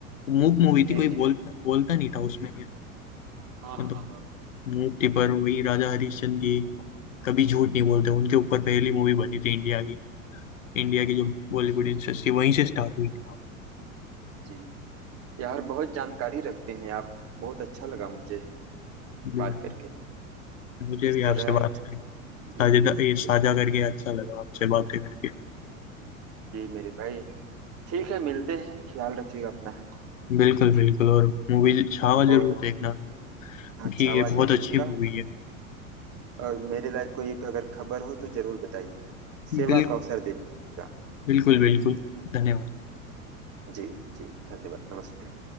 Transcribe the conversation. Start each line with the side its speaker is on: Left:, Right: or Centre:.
Left: मूक मूवी
Right: जी
Left: थी कोई
Right: जी
Left: बोलता बोलता नहीं था उसमें
Right: हाँ
Left: मतलब
Right: हाँ हाँ
Left: मूक थी पर वही राजा हरिश्चंद्र की कभी झूठ नहीं बोलते उनके ऊपर पहली मूवी बनी थी इंडिया की इंडिया की जो बॉलीवुड इंडस्ट्री वहीं से स्टार्ट हुई थी
Right: जी यार बहुत जानकारी रखते हैं आप बहुत अच्छा लगा मुझे
Left: बिल्कुल
Right: बात करके
Left: मुझे
Right: इस
Left: भी
Right: तरह
Left: आपसे बात करके
Right: जी
Left: साझेदा
Right: जी
Left: ये
Right: इस
Left: साझा करके अच्छा लगा आपसे बातें करके
Right: जी मेरे भाई ठीक है मिलते हैं ख्याल रखिएगा अपना
Left: बिल्कुल बिल्कुल और मूवी छावा जरूर
Right: और
Left: देखना तुम
Right: हाँ
Left: कि
Right: छावा
Left: ये बहुत
Right: देख
Left: अच्छी
Right: लूंगा
Left: मूवी है
Right: और मेरे लायक कोई एक अगर खबर हो तो जरूर बताइएगा सेवा
Left: बिल्कुल
Right: का अवसर दीजिएगा
Left: बिल्कुल बिल्कुल धन्यवाद
Right: जी जी धन्यवाद नमस्ते